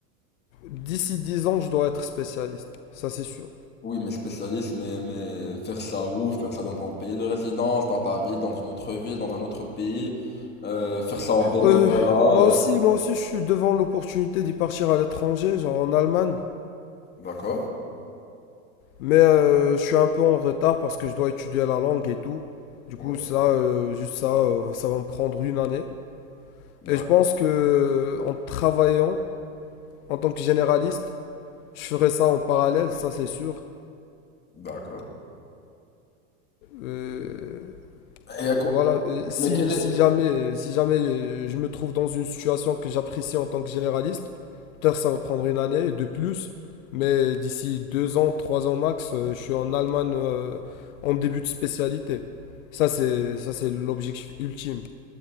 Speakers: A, on the left; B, on the left.
A: D'ici 10 ans, je dois être spécialiste. Ça, c'est sûr.
B: Oui, mais spécialiste, mais, mais faire ça où? Faire ça dans ton pays de résidence, dans ta ville, dans une autre ville, dans un autre pays, euh, faire ça en bénévolat.
A: Euh, moi
B: euh.
A: aussi, moi aussi, je suis devant l'opportunité d'y partir à l'étranger, genre en Allemagne.
B: D'accord,
A: Mais euh, je suis un peu en retard parce que je dois étudier la langue et tout. Du
B: ouais,
A: coup, ça, euh, juste ça, euh, ça va me prendre une année. Et
B: d'accord,
A: je pense que euh, en travaillant en tant que généraliste, je ferai ça en parallèle, ça c'est sûr.
B: d'accord.
A: Euh,
B: Et à quoi-
A: Voilà, euh, si,
B: Mais quel est...
A: si jamais, euh, si jamais euh, je me trouve dans une situation que j'apprécie en tant que généraliste, peut-être ça va prendre une année de plus, mais d'ici deux ans, trois ans max, euh, je suis en Allemagne euh, en début de spécialité. Ça, c'est, ça, c'est l'objectif ultime.